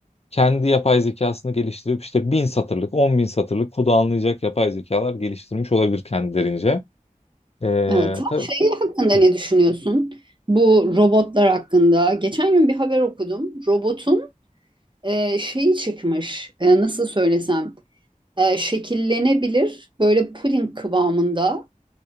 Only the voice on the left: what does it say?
kendi yapay zekasını geliştirip işte bin satırlık, 10.000 satırlık kullanılacak yapay zekalar geliştirmiş olabilir kendilerince. Ee,
tabii.
Hı.